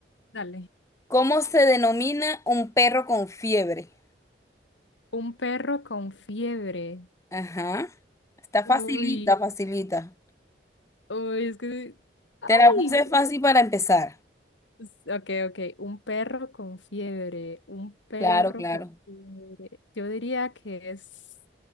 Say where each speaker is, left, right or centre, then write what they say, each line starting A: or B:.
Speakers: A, on the left; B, on the left.
A: Dale.
B: ¿Cómo se denomina un perro con fiebre?
A: Un perro con fiebre.
B: Ajá. Está
A: Uy.
B: facilita, facilita.
A: Uy, es que... sí. Ay.
B: Te la puse fácil para empezar.
A: S- Ok, ok. Un perro con fiebre. Un perro
B: Claro, claro.
A: con fiebre. Yo diría que es